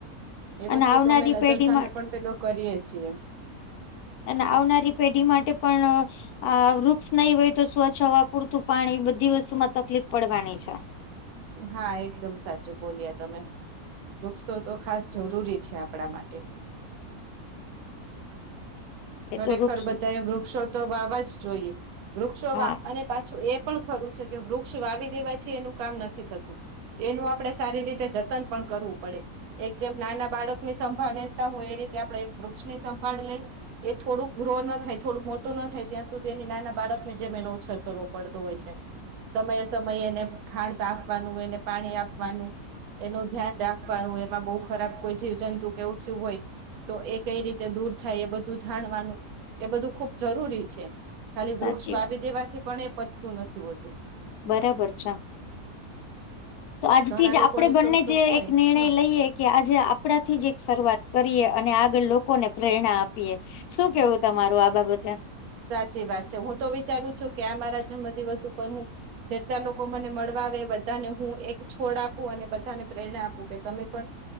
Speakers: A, on the right; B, on the left.
A: એ
B: અને
A: વસ્તુ
B: આવનારી
A: તો અમે નજર
B: પેઢી
A: સામે
B: માટે
A: પણ પેલો કરીએ છીએ.
B: અને આવનારી પેઢી માટે પણ આ વૃક્ષ નહી હોય તો સ્વચ્છ હવા પૂરતું પાણી બધી વસ્તુ માં તકલીફ પડવાની છે.
A: હા, એકદમ સાચું બોલીયા તમે. વૃક્ષ તો તો ખાસ જરૂરી છે આપડા માટે.
B: એ
A: ખરેખર
B: તો વૃક્ષ
A: બધાએ વૃક્ષો તો વાવા જ જોઈએ વૃક્ષો
B: હા
A: વા અને પાછું એ પણ ખરું છે કે વૃક્ષ વાવી દેવાથી એનું કામ નથી થતું એનું આપડે સારી રીતે જતન પણ કરવું પડે એક જેમ નાના બાળકની સંભાળ લેતા હોય એ રીતે આપડે એક વૃક્ષની સંભાળ લઈ એ થોડુંક ગ્રો ન થાય થોડુંક મોટું ન થાય ત્યાં સુધી એની નાના બાળકને જેમ એનો ઉછેર કરવો પડતો હોય છે. સમયે સમયે એને ખાણ આપવાનું એને પાણી આપવાનું. એનું ધ્યાન રાખવાનું, એમાં બહુ ખરાબ કોઈ જીવજંતુ કે એવું થયું હોય તો એ કઈ રીતે દૂર થાય એ બધું જાણવાનું એ બધું ખુબ જરૂરી છે. ખાલી
B: સાચી
A: વૃક્ષ વાવી
B: વાત
A: દેવાથી પણ એ પતું નથી હોતું.
B: બરાબર છે તો આજથી
A: ઘણા
B: જ
A: લોકોને
B: આપડે બંને
A: તો શોખ
B: જ
A: હોય
B: એક નિર્ણય
A: હા
B: લઈએ કે આજે આપડા થી જ એક શરૂઆત કરીએ અને આગળ લોકોને પ્રેરણા આપીએ. શું કેવું તમારું આ બાબતે?
A: સાચી વાત છે હું તો વિચારું છું કે આ મારા જન્મદિવસ ઉપર હું જેટલા લોકો મને મળવા આવે બધાને હું એક છોડ આપું અને બધાને પ્રેરણા આપું કે તમે પણ